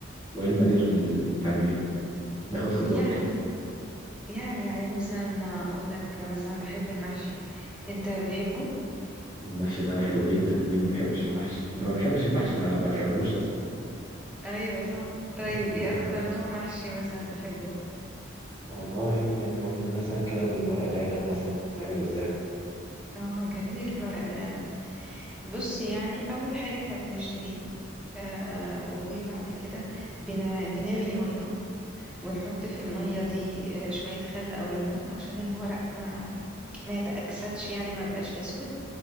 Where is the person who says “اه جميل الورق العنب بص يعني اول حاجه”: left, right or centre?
Centre